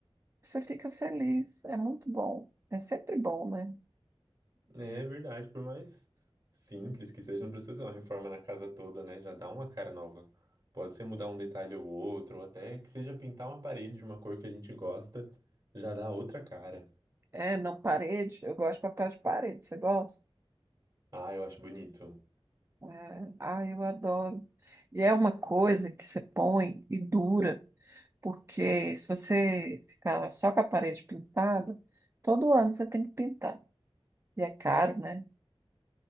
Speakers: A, on the right (about 30°); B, on the right (about 40°).
A: que você fica feliz. É muito bom. É sempre bom, né?
B: É verdade, por mais simples que seja, não precisa ser uma reforma na casa toda, né? Já dá uma cara nova. Pode ser mudar um detalhe ou outro, ou até que seja pintar uma parede de uma cor que a gente gosta, já dá outra cara.
A: É, não, parede, eu gosto de papel de parede. Você gosta?
B: Ah, eu acho bonito.
A: É, ah, eu adoro. E é uma coisa que você põe e dura, porque se você ficar só com a parede pintada, todo ano você tem que pintar. E é caro, né?